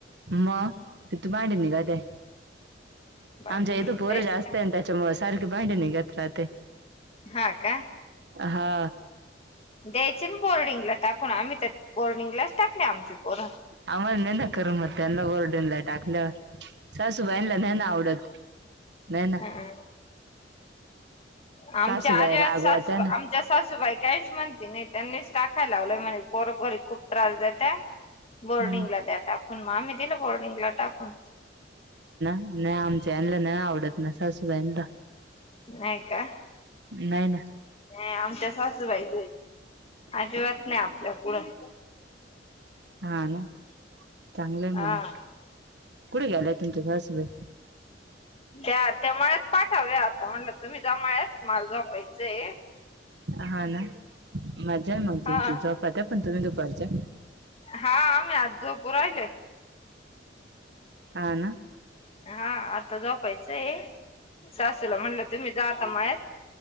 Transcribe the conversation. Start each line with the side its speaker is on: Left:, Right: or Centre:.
Right: मग मांन ग अदे
Left: बाई
Right: आमच्या इद पोर
Left: लयच
Right: जास्त
Left: काम
Right: अंतच्यामुळे <unintelligible> <unintelligible> सारख भांडण निघत राहत्यात.
Left: हा का
Right: हा
Left: द्यायचे ना बोर्डिंगला टाकून आम्ही तर बोर्डिंगलाच टाकले आमचे पोर
Right: आम्हाला नाही ना करमत त्यांना <unintelligible> टाकल्यावर सासूबाईणला नाही ना आवडत, नाही ना,
Left: ह आमच्या
Right: सासूबाई
Left: आजीत
Right: रागवत्या
Left: सासूबा
Right: ना
Left: आमच्या सासूबाई काहीच म्हणती नाही त्यांनीच टाकाय लावलं म्हणे पोर घरी खूप त्रास देता. बोर्डिंगला
Right: हम्म
Left: द्या टाकून म्ी दिलं बोर्डिंगला टाकून,
Right: नाही आमच्या त्याना ना आवडत ना सासूबाईंला
Left: नाहीय का,
Right: नाही ना
Left: आमच्या सासूबाई अजिबात नाही आपल्या पुढं
Right: हा ना चांगलंय
Left: हा
Right: मग कुठे गेलं. तुमच्या सासूबाई
Left: त्या त्यामळ्यात पाठवल्या आता म्हणलं तुम्ही जा मळ्यात मला जोपायचय.
Right: हा ना मज्जा आहे मग
Left: हा
Right: तुमची झोपात्या पण तुम्ही दुपारच्या
Left: हा आम्ही आज झोपू राहिलोय.
Right: हा ना
Left: हा आता झोपायचं आहे, सासूला म्हणलं तुम्ही जा आता मळ्यात